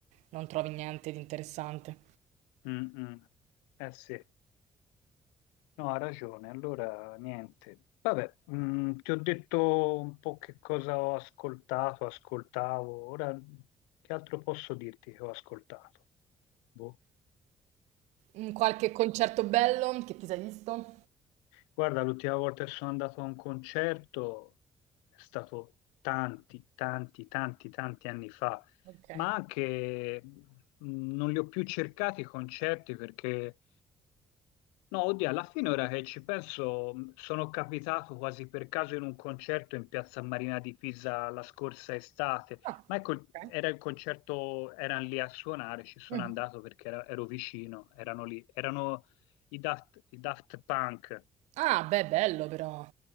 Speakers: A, on the right; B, on the left.
A: non trovi niente di interessante.
B: Mm, mm. Eh sì. No, ha ragione, allora niente. Vabbè, mh, ti ho detto un po' che cosa ho ascoltato, ascoltavo, ora che altro posso dirti che ho ascoltato? Boh.
A: Mm, Qualche concerto bello che ti sei visto?
B: Guarda, l'ultima volta che sono andato a un concerto è stato tanti, tanti, tanti, tanti anni fa,
A: Ok.
B: ma anche mh, non li ho più cercati i concerti perché No, oddio, alla fine ora che ci penso, mh, sono capitato quasi per caso in un concerto in Piazza Marina di Pisa la scorsa estate,
A: Ah,
B: ma ecco,
A: ok.
B: era il concerto, erano lì a suonare, ci sono
A: Mm.
B: andato perché era- ero vicino, erano lì, erano i Daft, i Daft Punk,
A: Ah, beh, bello però.